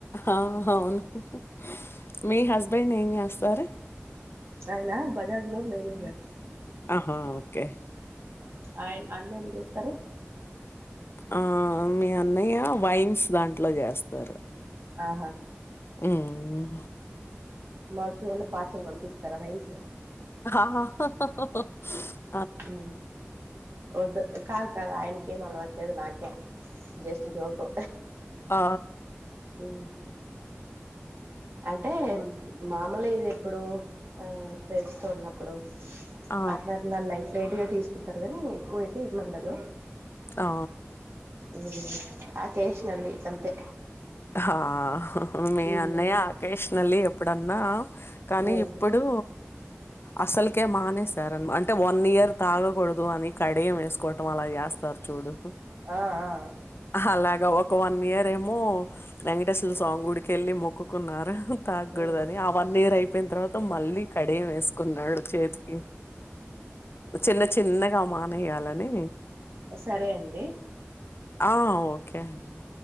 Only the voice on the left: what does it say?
ఆ అవును హ్హ్హ్ మీ హస్బెండ్ ఏం చేస్తారు
ఆహా ఓకే
ఆ మీ అన్నయ్య వైన్స్ దాంట్లో చేస్తారు.
హ్మ్.
ఆహా హా హా
ఆ
ఆ
ఆ
హా మీ
అన్నయ్య అకేష్ నలి ఎప్ప ఎప్పుడన్నా కానీ
ఇప్పుడు అసలుకే మానేసారు అన్ అంటే వన్ ఇయర్ తాగకూడదు అని కడియం వేసుకోవటం అలా వేస్తారు చూడు
అలాగా ఒ ఒక వన్ ఇయర్ ఏమో వెంకటేశ్వర్లు స్వామి గుడికి వెళ్ళి మొక్కుకున్నారు తాగకూడదు
అని ఆ వన్ ఇయిర్ అయిపోయిన తర్వాత మళ్లీ కడియం వేస్ కున్నాడు చేతికి చిన్న చిన్నగా మానేయాలని
ఆ ఓకే అండి